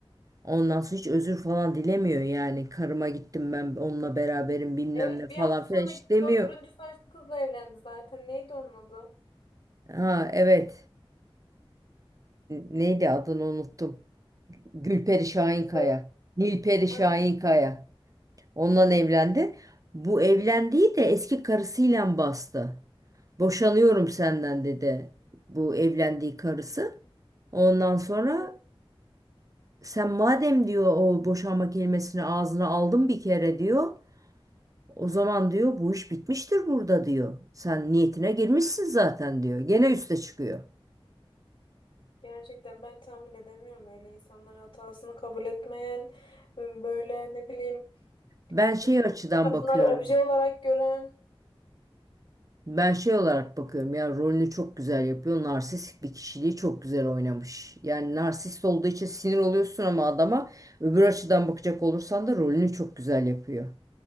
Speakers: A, on the right (about 35°); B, on the left (about 70°).
A: Ondan sonra hiç özür falan dilemiyor yani. Karıma gittim ben onunla beraberim bilmem
B: Evet,
A: ne falan
B: bir hafta
A: filan
B: sonra
A: hiç
B: gitti
A: demiyor.
B: o turuncu saçlı kızla evlendi zaten. Neydi onun adı?
A: Ha evet. neydi adını unuttum. Gülperi Şahinkaya.
B: Turuncu saç.
A: Nilperi Şahinkaya.
B: Aynen.
A: Ondan
B: Aynen.
A: evlendi. Bu evlendiği de eski karısıyla bastı. Boşanıyorum senden dedi bu evlendiği karısı. Ondan sonra
B: Hı,
A: sen madem diyor o boşanma kelimesini ağzına aldın bir kere diyor. O zaman diyor bu iş bitmiştir burada diyor. Sen niyetine girmişsin zaten diyor. Gene üste çıkıyor.
B: Gerçekten ben tahammül edemiyorum öyle insanlar hatasını kabul etmeyen, m, böyle ne bileyim
A: Ben şey
B: m,
A: açıdan
B: kadınları
A: bakıyorum.
B: obje olarak gören.
A: Ben şey olarak bakıyorum ya rolünü çok güzel yapıyor. Narsist bir kişiliği çok güzel oynamış. Yani narsist olduğu için sinir oluyorsun ama adama öbür açıdan bakacak olursan da rolünü çok güzel yapıyor.